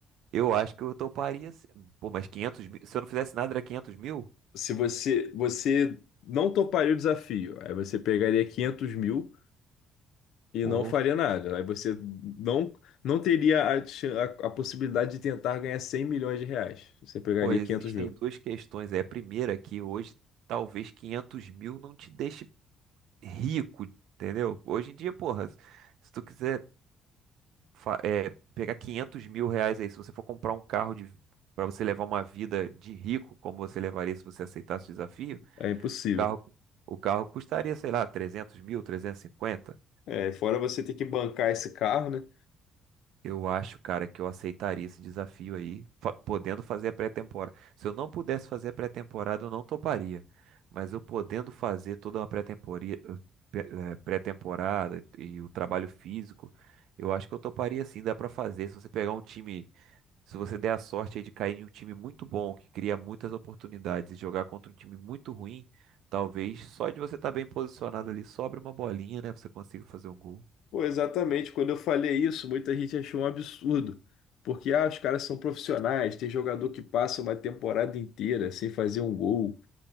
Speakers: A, on the right; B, on the left.
A: Eu acho que eu toparia. se- Pô, mas 500 mil. Se eu não fizesse nada, era 500 mil?
B: se você, você não toparia o desafio, aí você pegaria 500 mil e
A: Pô,
B: não faria nada. Aí você não, não teria a, chan- a, a possibilidade de tentar ganhar 100 milhões de reais. Você pegaria
A: pô, existem
B: 500 mil.
A: duas questões. É a primeira, é que hoje talvez 500 mil não te deixe rico, entendeu? Hoje em dia, porra, se tu quiser fa- é, pegar 500 mil reais aí, se você for comprar um carro de. Para você levar uma vida de rico, como você levaria se você aceitasse o desafio,
B: É impossível.
A: o carro, o carro custaria, sei lá, 300 mil, 350.
B: É, fora você ter que bancar esse carro, né?
A: Eu acho, cara, que eu aceitaria esse desafio aí, fa- podendo fazer a pré-temporada. Se eu não pudesse fazer a pré-temporada, eu não toparia. Mas eu podendo fazer toda uma pré-temporia- pe- eh, pré-temporada e o trabalho físico, eu acho que eu toparia sim, dá pra fazer. Se você pegar um time, se você der a sorte aí de cair em um time muito bom, que cria muitas oportunidades, e jogar contra um time muito ruim, talvez só de você estar bem posicionado ali, sobre uma bolinha, né? Você consiga fazer um gol.
B: Pô, exatamente. Quando eu falei isso, muita gente achou um absurdo. Porque, ah, os caras são profissionais, tem jogador que passa uma temporada inteira sem fazer um gol.